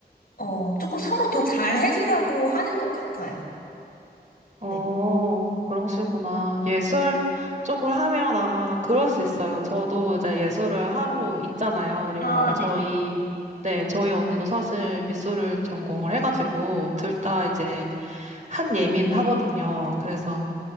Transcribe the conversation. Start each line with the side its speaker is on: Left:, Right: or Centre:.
Left: 어, 조금 서로 더 잘 해주려고 하는 것 같아요.
Right: 어,
Left: 네.
Right: 그러시구나. 예술 쪽을 하면 아마 그럴 수 있어요. 저도 이제 예술을 하고 있잖아요. 그리고
Left: 아, 네.
Right: 저희, 네, 저희 언니도 사실 미술을 전공을 해가지고 둘 다 이제 한 예민 하거든요. 그래서